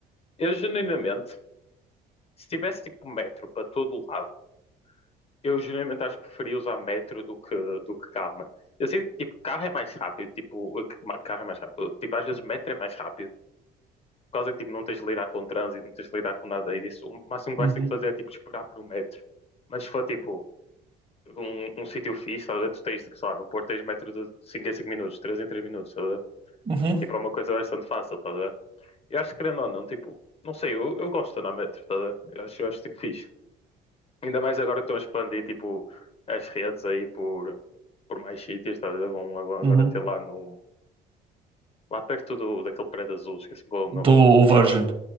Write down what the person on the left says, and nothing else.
eu genuinamente, se tivesse tipo um metro para todo lado, eu genuinamente acho que preferia usar metro do que, do que carro, mano. Eu sei que tipo, carro é mais rápido, tipo, eh, que- ma- carro é mais rápido. Tipo, às vezes metro é mais rápido. Por causa que tipo, não tens de lidar com trânsito, não tens de lidar com nada e disso. O máximo que vais
ter que fazer é tipo esperar por um metro. Mas se for tipo um, um sítio fixe, estás a ver? Tu tens, sei lá, no Porto tens metro de 5 em 5 minutos, 3 em 3 minutos, estás a ver?
Tipo, é uma coisa bastante fácil, estás a ver? Eu acho que querendo ou não, tipo, não sei, eu, eu gosto de andar a metro, estás a ver? Eu acho, eu acho tipo fixe. Ainda mais agora que estão a expandir, tipo, as redes aí por, por mais sítios, estás a ver? Vão, vão agora
ter lá no. Lá perto do, daquele prédio azul, esqueci qual é o nome.